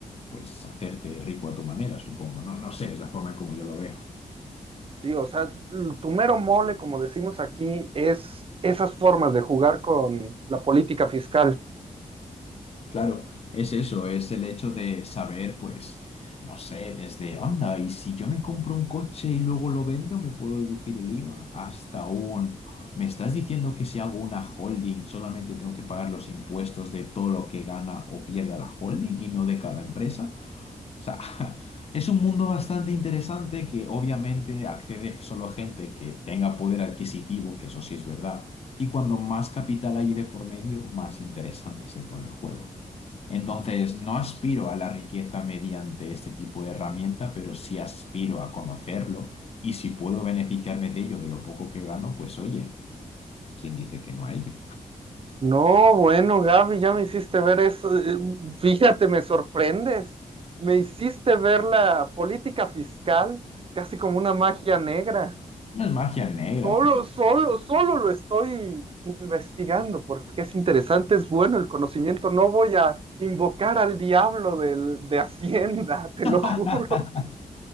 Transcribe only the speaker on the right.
Sí, o sea, l- tu mero mole, como decimos aquí, es esas formas de jugar con la política fiscal.
No, bueno, Gaby, ya me hiciste ver eso. Eh, Fíjate, me sorprendes. Me hiciste ver la política fiscal casi como una magia negra.
Solo, solo, solo lo estoy investigando porque es interesante, es bueno el conocimiento. No voy a invocar al diablo del, de Hacienda, <laughs> te
lo juro.